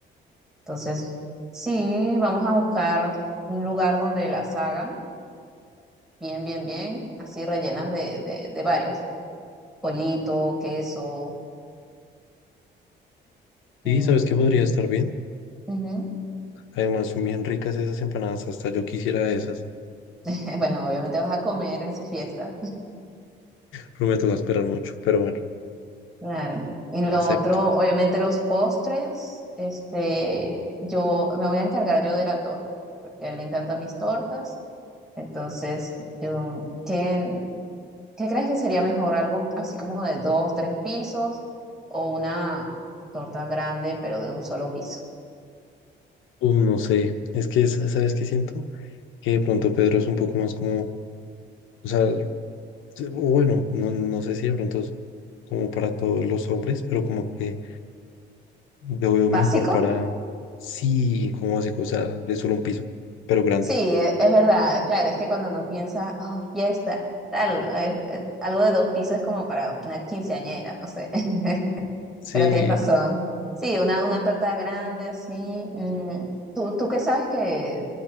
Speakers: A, in the centre; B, on the left.
A: entonces sí, vamos a buscar un lugar donde las hagan bien, bien, bien, así rellenas de, de, de varios, pollito, queso. mm,
B: sí, ¿sabes qué podría estar bien?
A: ujú.
B: Además, son bien ricas esas empanadas, hasta yo quisiera esas,
A: <laughs> Bueno, obviamente vas a comer en su fiesta,
B: pero me toca esperar mucho, pero bueno,
A: claro. Y lo
B: acepto.
A: otro, obviamente los postres, este, yo me voy a encargar yo de la torta, porque a él le encantan mis tortas. Entonces, yo, ¿qué, qué crees que sería mejor? ¿Algo así como de dos, tres pisos o una torta grande, pero de un solo piso?
B: Uh, no sé, es que, sa- ¿sabes qué siento? Que de pronto Pedro es un poco más como, o sea, se- o bueno, no, no sé si de pronto es como para todos los hombres, pero como que Lo veo
A: ¿Básico?
B: mejor para, sí, como así, cosa de solo un piso, pero grande.
A: Sí, e- es, verdad, claro, es que cuando uno piensa, oh, fiesta, tal, uno- es- es algo de dos pisos es como para una quinceañera, no sé, <laughs>
B: Sí,
A: pero tienes razón. Sí, una, una torta grande, así. mm, ¿Tú, tú qué sabes que,